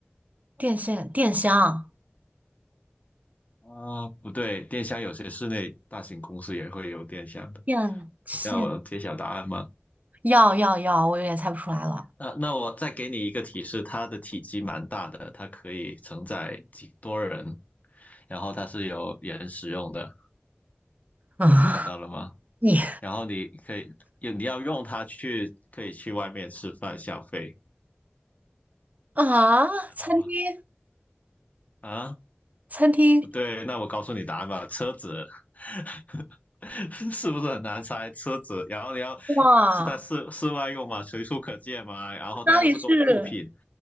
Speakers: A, on the right; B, on the left.
A: 电线、电箱、
B: 啊。不对，电箱有些室内大型公司也会有电箱的。
A: 电线，
B: 你要我揭晓答案吗？
A: 要要要，我有点猜不出来了。
B: 那那我再给你一个提示，它的体积蛮大的，它可以承载几多人，然后它是有人使用的，
A: <laughs>
B: 想到了吗？
A: 你
B: 然后你可以，你要用它去，可以去外面吃饭消费，
A: 啊，
B: 想到了吗
A: 餐厅，
B: 啊？
A: 餐厅，
B: 不对，那我告诉你答案吧，车子 <laughs> 是不是很难猜？车子，然后你要
A: 哇，
B: 是在室室外用嘛，随处可见嘛，然后它又是个物品，
A: 哪里是？